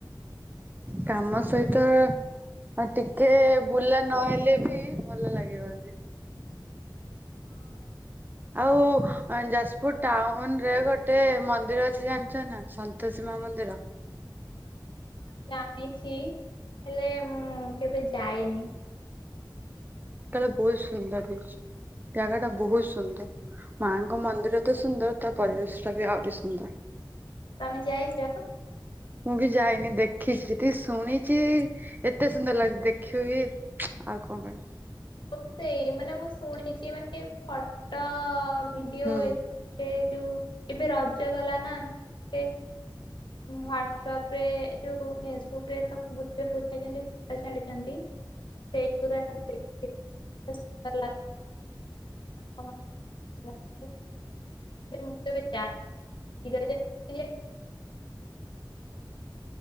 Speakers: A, on the right; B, on the left.
A: କାମ ସହିତ ଆଉ ଟିକେ ବୁଲା ନହେଲେ ବି ଭଲ ଲାଗିବନି
B: <unintelligible>
A: ଆଉ ଯାଜପୁର ଟାଉନ ରେ ଗୋଟେ ମନ୍ଦିର ଅଛି ଜାଣିଛ ନା ସନ୍ତୋଷୀ ମା ମନ୍ଦିର
B: <unintelligible> ଜାଣିଛି ହେଲେ ମୁଁ କେବେ ଯାଇନି
A: କହଲେ ବହୁତ ସୁନ୍ଦର ହେଇଛି। ଜାଗା ଟା ବହୁତ ସୁନ୍ଦର ମାଙ୍କ ମନ୍ଦିର ତ ସୁନ୍ଦର ତା ପରିବେଶ ଟା ବି ଆହୁରି ସୁନ୍ଦର
B: ତମେ ଯାଇଛ?
A: ମୁଁ ବି ଯାଇନି ଦେଖିଛି ଯେତିକି ଶୁଣିଛି ଏତେ ସୁନ୍ଦର ଲାଗୁଛି ଦେଖିବ ବି ଆଉ କବେ
B: ମୁଁ ସେଇ ମାନେ ମୁଁ ଶୁଣିଛି ମାନେ ଫଟୋ ଭିଡିଓ
A: ହୁଁ।
B: ଏତେ ଯୋଉ ଏବେ ରଜ ଗଲା ନା ସେ ହାଟସପ ରେ ଯୋଉ ଫେସବୁକ ସବୁଛନ୍ତି। ଛାଡିଛନ୍ତି ସେ ପା <inaudible> <inaudible>